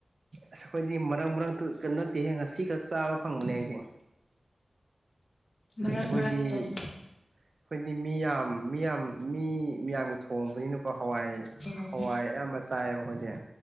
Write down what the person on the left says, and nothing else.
ꯃꯔꯔꯛ
ꯃꯔꯔꯛꯛꯇꯅꯦ
ꯎꯝ